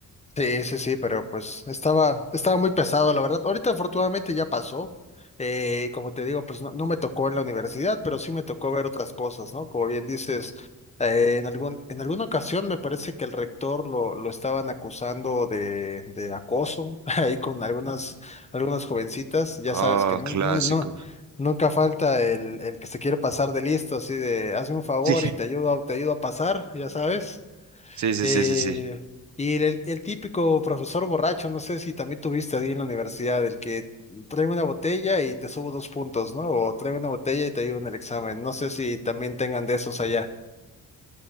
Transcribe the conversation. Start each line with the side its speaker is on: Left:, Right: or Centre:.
Left: Sí, sí, sí, pero pues estaba, estaba muy pesado, la verdad. Ahorita afortunadamente ya pasó. Eh, como te digo, pues no, no me tocó en la universidad, pero sí me tocó ver otras cosas, ¿no? Como bien dices, eh, en algún, en alguna ocasión me parece que el rector lo, lo estaban acusando de, de acoso <laughs> ahí con algunas, algunas jovencitas. Ya
Right: Ah,
Left: sabes que no,
Right: clásico.
Left: no, no, nunca falta el, el que se quiere pasar de listo, así de hazme un favor
Right: Sí,
Left: y te ayudo, a- te ayudo a pasar, ya sabes.
Right: sí, sí,
Left: Eh,
Right: sí, sí, sí.
Left: y el, el típico profesor borracho, no sé si también tuviste ahí en la universidad, el que trae una botella y te subo dos puntos, ¿no? O trae una botella y te ayuda en el examen. No sé si también tengan de esos allá.